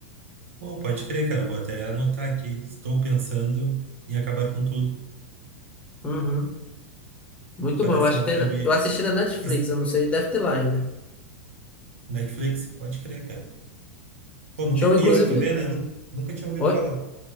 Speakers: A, on the right; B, on the left.
A: Pô, pode crer, cara. Eu Vou até anotar aqui. Estou pensando em acabar com tudo.
B: Uhum. Muito
A: Parece
B: bom. Eu acho
A: ser um
B: que tem,
A: filme
B: eu assisti na Netflix,
A: es-
B: eu não sei, deve ter lá ainda.
A: Netflix. Pode crer, cara. Pô, nunca...
B: Show,
A: E
B: inclusive.
A: ó, tu vê, né? Nu- Nunca tinha ouvido
B: Oi?
A: falar.